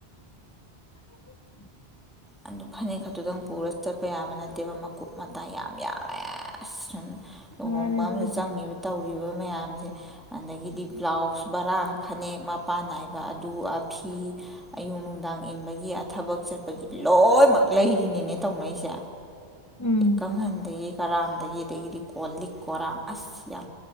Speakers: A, on the left; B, in the centre.
A: <inaudible>
B: ꯑꯗꯨ ꯐꯅꯦꯛ ꯈꯛꯇꯨꯗꯪ ꯄꯨꯔꯒ ꯆꯠꯄ ꯌꯥꯕ ꯅꯠꯇꯦꯕ ꯃꯀꯨꯞ ꯃꯇꯥ ꯌꯥꯝ ꯌꯥꯃꯦ ꯑꯁ ꯁꯨꯝ ꯂꯨꯍꯣꯡꯕ
A: ꯃꯥꯅꯦ ꯑꯗꯨꯕꯨꯗꯤ
B: ꯑꯃꯗ ꯆꯪꯉꯤꯕ ꯇꯧꯔꯤꯕ ꯃꯌꯥꯝꯁꯦ ꯑꯗꯒꯤꯗꯤ ꯕ꯭ꯂꯥꯎꯁ ꯃꯔꯥꯡ ꯐꯅꯦꯛ ꯃꯄꯥꯟ ꯅꯥꯏꯕꯤ ꯑꯗꯨ ꯐꯤ ꯑꯌꯨꯛ ꯅꯨꯡꯗꯥꯡ ꯏꯟꯕꯒꯤ ꯊꯕꯛ ꯆꯠꯄꯒꯤ ꯂꯣꯏꯅꯃꯛ ꯂꯩꯔꯤꯅꯤ ꯇꯧꯅꯔꯤꯁꯦ
A: ꯎꯝ
B: ꯀꯥꯡꯒꯟꯗꯒꯤ ꯉꯔꯥꯡ ꯗꯒꯤ ꯀꯣꯜ ꯂꯤꯛ ꯀꯣꯔꯥ ꯑꯁꯁ